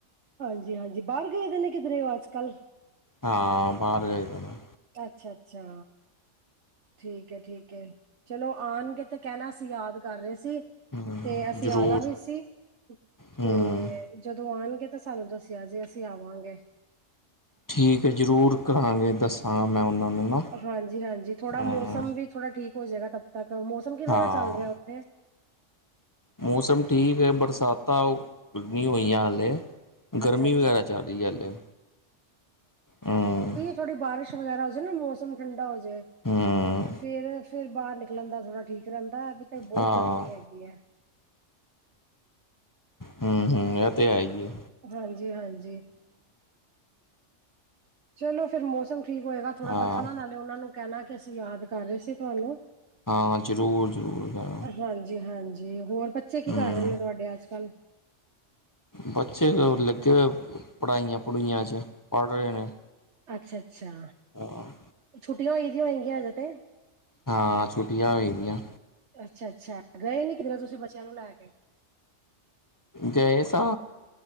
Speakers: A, on the right; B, on the left.
A: ਹਾਂਜੀ-ਹਾਂਜੀ ਬਾਹਰ ਗਏ ਦੇ, ਨੇ ਕਿਧਰੇ ਹੋ ਅੱਜ-ਕੱਲ੍ਹ।
B: ਹਾਂ ਬਾਹਰ ਗਏ ਹੋਏ ਨੇ,
A: ਅੱਛਾ, ਅੱਛਾ। ਠੀਕ ਹੈ ਠੀਕ ਹੈ, ਚਲੋ ਆਉਣਗੇ, ਤੇ ਕਹਿਣਾ ਅਸੀਂ ਯਾਦ ਕਰ ਰਹੇ ਸੀ।
B: ਹੂੰ
A: ਤੇ ਅਸੀਂ
B: ਜ਼ਰੂਰ
A: ਆਣਾ ਵੀ ਸੀ
B: ਹੂੰ
A: ਤੇ, ਜਦੋਂ ਆਉਣਗੇ, ਤਾਂ ਸਾਨੂੰ ਦੱਸਿਆ ਜੇ ਅਸੀਂ ਆਵਾਂਗੇ।
B: ਠੀਕ ਹੈ ਜ਼ਰੂਰ ਕਰਾਂਗੇ ਦੱਸਾਂਗਾ, ਮੈਂ ਉਹਨਾਂ ਨੂੰ ਨਾ।
A: ਹਾਂਜੀ-ਹਾਂਜੀ ਥੋੜਾ
B: ਹੂੰ
A: ਮੌਸਮ ਵੀ ਥੋੜਾ ਠੀਕ ਹੋ ਜਾਏਗਾ, ਤਬ ਤੱਕ ਮੌਸਮ ਕਿਵੇਂ
B: ਹਾਂ
A: ਦਾ ਚੱਲ ਰਿਹਾ ਉੱਥੇ
B: ਮੌਸਮ ਠੀਕ ਹੈ, ਬਰਸਾਤਾਂ ਨੀ ਹੋਈਆਂ ਹਾਲੇ, ਗਰਮੀ
A: ਅੱਛਾ ਅੱਛਾ
B: ਵਗੈਰਾ ਚੱਲ ਰਹੀ ਐ ਅੱਜ-ਕੱਲ ਹੂੰ,
A: ਤੁਥੋਡੀ ਬਾਰਿਸ਼ ਵਗੈਰਾ ਹੋਜੇ ਨਾ, ਮੌਸਮ ਠੰਡਾ ਹੋਜੇ
B: ਹੂੰ
A: ਫੇਰ ਫੇਰ ਬਾਹਰ ਨਿਕਲਣ ਦਾ ਥੋੜਾ ਠੀਕ ਰਹਿੰਦਾ, ਵੀ ਤੇ ਬਹੁਤ
B: ਹਾਂ
A: ਗਰਮੀ ਹੈਗੀ ਹੈ।
B: ਹੂੰ-ਹੂੰ, ਇਹ ਤੇ ਹੈ ਹੀ ਆ।
A: ਹਾਂਜੀ ਹਾਂਜੀ ਚਲੋ ਫਿਰ ਮੌਸਮ ਠੀਕ ਹੋਏਗਾ ਥੋੜਾ
B: ਹਾਂ
A: ਦੱਸਣਾ ਨਾਲੇ ਉਹਨਾਂ ਨੂੰ ਕਹਿਣਾ ਕਿ ਅਸੀਂ ਯਾਦ ਕਰ ਰਹੇ ਸੀ ਤੁਹਾਨੂੰ
B: ਹਾਂ ਜ਼ਰੂਰ ਜ਼ਰੂਰ ਹਾਂ
A: ਹਾਂਜੀ ਹਾਂਜੀ ਹੋਰ ਬੱਚੇ ਕੀ
B: ਹੂੰ
A: ਕਰ ਰਹੇ ਨੇ ਤੁਹਾਡੇ ਅੱਜ ਕੱਲ੍ਹ
B: ਬੱਚੇ ਲੱਗੇ ਹੋਏ ਪੜ੍ਹਾਾਈਆਂ ਪੜੂਆਂ 'ਚ ਪੜ੍ਹ ਰਹੇ ਨੇ
A: ਅੱਛਾ ਅੱਛਾ
B: ਹਾਂ,
A: ਛੁੱਟੀਆਂ ਹੋਈ ਦੀਆਂ ਹੋਗੀਆਂ ਹਜੇ ਤੇ,
B: ਹਾਂ ਛੁੱਟੀਆਂ ਹੋ ਦੀਆਂ।
A: ਅੱਛਾ, ਅੱਛਾ ਗਏ ਨੀ ਕਿਧਰ ਤੁਸੀਂ ਬੱਚਿਆਂ ਨੂੰ ਲੈ ਕੇ।
B: ਗਏ ਸਾ,